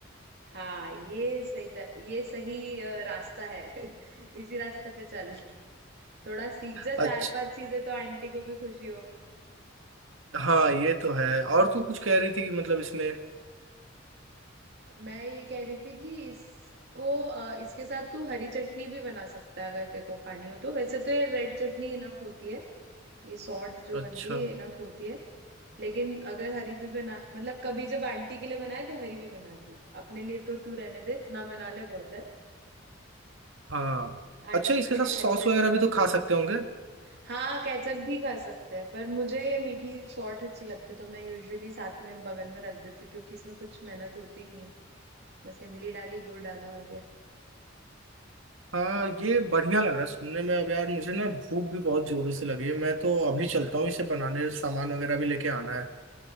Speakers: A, on the right; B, on the right.
A: हाँ ये सही त- ये सही अ, रास्ता है <laughs> इसी रास्ते पे चल थोड़ा सीख जा
B: अच्छा
A: चार पांच चीजें तो आंटी को भी खुशी हो
B: हाँ ये तो है और तू कुछ कह रही थी कि मतलब इसमें
A: मैं ये कह रही थी कि इसको अ, इसके साथ तू हरी चटनी भी बना सकता है अगर तेरे को खानी हो तो वैसे तो ये रेड चटनी इनफ होती है ये सॉर्ट जो बनती
B: अच्छा
A: है इनफ होती है लेकिन अगर हरी भी बना मतलब कभी जब आंटी के लिए बनाए तो हरी भी बना दी अपने लिए तो तू रहने दे इतना बना ले बहुत है
B: हाँ
A: आंटी
B: अच्छा इसके
A: के
B: साथ
A: लिए
B: सॉस
A: हरी चटनी
B: वगैरह
A: बना
B: भी तो खा सकते होंगे
A: हाँ केचप भी खा सकते हैं पर मुझे ये मीठी सॉर्ट अच्छी लगती है तो मैं यूजुअली साथ में बगल में रख देती हूँ क्योंकि इसमें कुछ मेहनत होती नहीं है बस इमली डाली गुड़ डाला हो गया
B: हाँ ये बढ़िया लग रहा है सुनने में अब यार मुझे ना भूख भी बहुत जोरों से लगी है मैं तो अभी चलता हूँ इसे बनाने सामान वगैरह भी लेके आना है